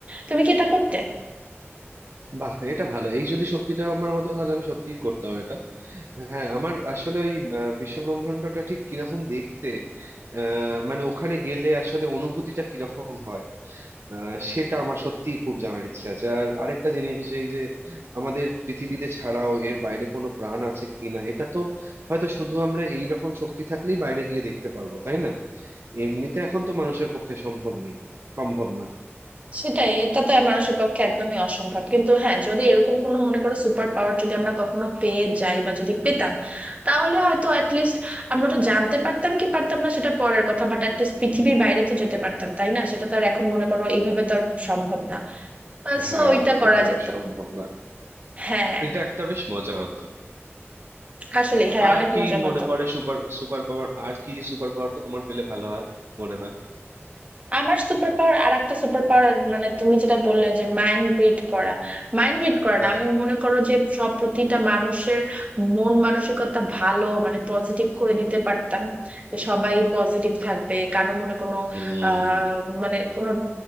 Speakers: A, on the right; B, on the right.
A: তুমি কি এটা করতে
B: বাহ এটা ভালো এই যদি শক্তিটা আমার হতো তাহলে আমি সত্যিই করতাম এটা হ্যাঁ আমার আসলে ওই আহ, বিশ্বব্রহ্মাণ্ডটা ঠিক কিরকম দেখতে আহ, মানে ওখানে গেলে আসলে অনুভূতিটা কিরকম হয় আহ, সেটা আমার সত্যিই খুব জানার ইচ্ছে আছে আর আরেকটা জিনিস এই যে আমাদের পৃথিবীতে ছাড়াও এর বাইরে কোনো প্রাণ আছে কিনা এটা তো হয়তো শুধু আমরা এই রকম শক্তি থাকলেই বাইরে গিয়ে দেখতে পারবো তাই না এমনিতে এখন তো মানুষের পক্ষে সম্ভব নেই সম্ভব নয়
A: সেটাই এটা তো মানুষের পক্ষে একদমই অসম্ভব কিন্তু হ্যাঁ যদি এরকম কোনো মনে করো সুপার পাওয়ার যদি আমরা কখনো পেয়ে যাই বা যদি পেতাম তাহলে হয়তো অ্যাটলিস্ট আমরা তো জানতে পারতাম কি পারতাম না সেটা পরের কথা বাট অ্যাটলিস্ট পৃথিবীর বাইরে তো যেতে পারতাম তাই না সেটা তো আর এখন মনে করো এইভাবে তো আর সম্ভব না
B: হ্যাঁ
A: সো ওইটা করা
B: এভাবে
A: যেত
B: সম্ভব নয়
A: হ্যাঁ
B: এটা একটা বেশ মজা হতো
A: আসলে হ্যাঁ
B: আর
A: অনেক
B: কি
A: মজার
B: মনে
A: হতো
B: পড়ে সুপার সুপার পাওয়ার আর কি সুপার পাওয়ার তোমার পেলে ভালো হয় মনে হয়
A: আমার সুপার পাওয়ার আর একটা সুপার পাওয়ার মানে তুমি যেটা বললে যে মাইন্ড রিড করা মাইন্ড রিড করা
B: হ্যাঁ
A: না আমি মনে করো যে সব প্রতিটা মানুষের মন মানসিকতা ভালো মানে পজিটিভ করে দিতে পারতাম যে সবাই পজিটিভ থাকবে কারো মনে কোনো
B: উম,
A: আহ মানে কোনো